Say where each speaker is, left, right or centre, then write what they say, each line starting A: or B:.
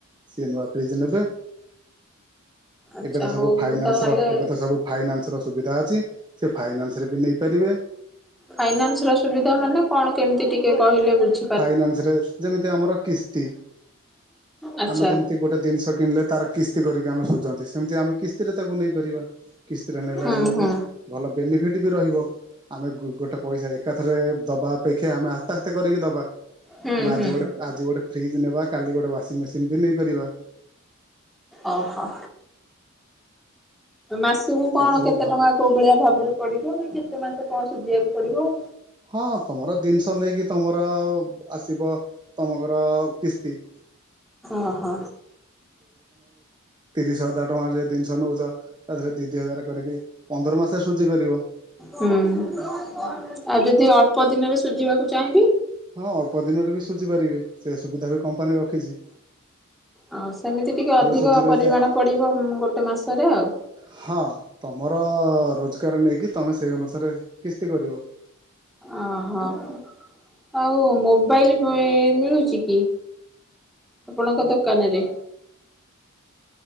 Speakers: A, on the right (about 20°); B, in the centre.
A: ସିଏ ନୂଆ ଫ୍ରିଜ୍ ନେବେ
B: ଆଚ୍ଛା
A: ଏବେ ତ ସବୁ
B: ହଉ
A: ଫାଇନାନ୍ସ୍
B: ମୁଁ ତାହେଲେ
A: ର। ଏବେ ତ ସବୁ ଫାଇନାନ୍ସ୍ ର ସୁବିଧା ଅଛି ସେ ଫାଇନାନ୍ସ୍ ରେ ବି ନେଇପାରିବେ।
B: ଫାଇନାନ୍ସ୍ ର ସୁବିଧା ମାନେ କଣ କେମିତି ଟିକେ କହିଲେ ବୁଝେ
A: ଫାଇନାନ୍ସ୍ ରେ ଯେମିତି ଆମର କିସ୍ତି।
B: ଆଚ୍ଛା।
A: ଆମେ ଯେମ୍ତି ଗୋଟେ ଜିନିଷ କିଣିଲେ ତାର କିସ୍ତି କରିକି ଆମେ ଶୁଝନ୍ତି ସେମିତି ଆମେ କିସ୍ତିରେ ତାକୁ ନେଇପାରିବା। କିସ୍ତିରେ ନେଲେ
B: ହୁଁ
A: ଆମୁକୁ
B: ହୁଁ
A: ଭଲ ବେନିଫିଟ୍ ବି ରହିବ ଆମେ ଗୋଟେ ପଇସା ଏକାଥରେ ଦବା ଅପେକ୍ଷା ଆମେ ଆସ୍ତେ କରିକି ଦବା
B: ହୁଁ
A: ଆମେ ଆଜି
B: ହୁଁ।
A: ଗୋଟେ ଆଜି ଗୋଟେ ଫ୍ରିଜ୍ ନେବା କାଲି ଗୋଟେ ୱାସିଂ ମେସିନ୍ ବି ନେଇପାରିବା।
B: ଅ ହ। ମାସକୁ କଣ
A: ଏ ସବୁ
B: କେତେ
A: ଭଲ
B: ଟଙ୍କା କୋଉ ଭଳିଆ ଭାବରେ ପଡିବ ନା କେତେ ମାସ କଣ ସୁଝିବାକୁ ପଡିବ
A: ହଁ ତମର ଦିନ୍ଷ ନେଇକି ତମର ଆସିବ ତମଘର କିସ୍ତି।
B: ଅ ହ।
A: ତିରିଶ୍ ହଜାର୍ ଟଙ୍କାରେ ଜେଦି ଜତିନିଷ ନୋଉଚ ତା ଦେହରେ ଦି ଦି ହଜାର କରିକି ପନ୍ଦର ମାସେ ସୁଝି ପାରିବ।
B: ହୁଁ ଆଉ ଯଦି ଅଳ୍ପ ଦିନରେ ସୁଝିବାକୁ ଚାହିଁବି?
A: ହଁ ଅଳ୍ପ ଦିନରେ ବି ସୁଝି ପାରିବେ ସେ ସୁବିଧା ବି କମ୍ପାନୀ ରଖିଚି।
B: ହଁ ସେମିତି ଟିକେ ଅଧିକ
A: ସୁଝିବେ
B: ପରିମାଣ
A: ଯଦି
B: ପଡ଼ିବ ଗୋଟେ ମାସରେ ଆଉ।
A: ହଁ ତମର ରୋଜଗାର ନେଇକି ତମେ ସେଇ ଅନୁସାରେ କିସ୍ତି କରିବ।
B: ଅ ହଃ ଆଉ ମୋବାଇଲ <unintelligible> ମିଳୁଚି କି ଆପଣଙ୍କ ଦୋକାନରେ?